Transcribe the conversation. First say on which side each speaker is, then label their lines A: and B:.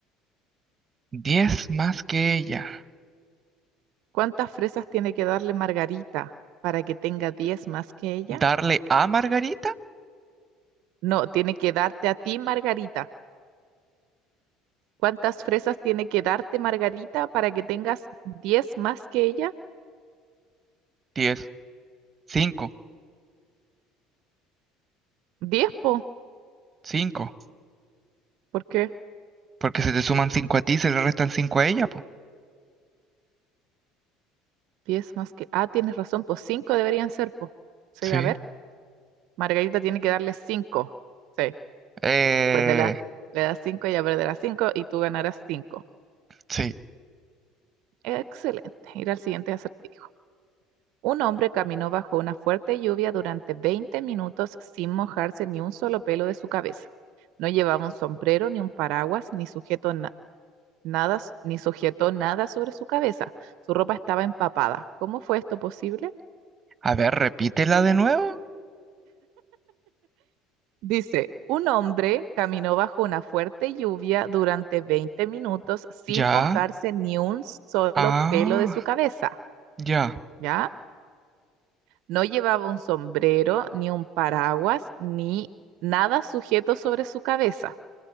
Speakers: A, on the right; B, on the right.
A: Diez más que ella.
B: ¿Cuántas fresas tiene que darle Margarita para que tenga 10 más que ella?
A: ¿Darle a Margarita?
B: No, tiene que darte a ti, Margarita. ¿Cuántas fresas tiene que darte Margarita para que tengas 10 más que ella?
A: Diez. Cinco.
B: 10, po.
A: Cinco.
B: ¿Por qué?
A: Porque se te suman cinco a ti y se le restan cinco a ella, po.
B: Diez más que... Ah, tienes razón, po. cinco deberían ser, po. Sí,
A: Sí.
B: a ver. Margarita tiene que darle 5. Sí.
A: Eh,
B: Cuando la- le das cinco ella perderá 5 y tú ganarás 5.
A: sí.
B: Excelente. Ir al siguiente acertijo. Un hombre caminó bajo una fuerte lluvia durante 20 minutos sin mojarse ni un solo pelo de su cabeza. No llevaba un sombrero, ni un paraguas, ni sujeto na- nada, s- ni sujetó nada sobre su cabeza. Su ropa estaba empapada. ¿Cómo fue esto posible?
A: A ver, repítela de nuevo.
B: Dice, un hombre caminó bajo una fuerte lluvia durante 20 minutos sin
A: Ya.
B: mojarse ni un solo
A: Ah,
B: pelo de su cabeza.
A: ya,
B: ¿Ya? No llevaba un sombrero, ni un paraguas, ni nada sujeto sobre su cabeza.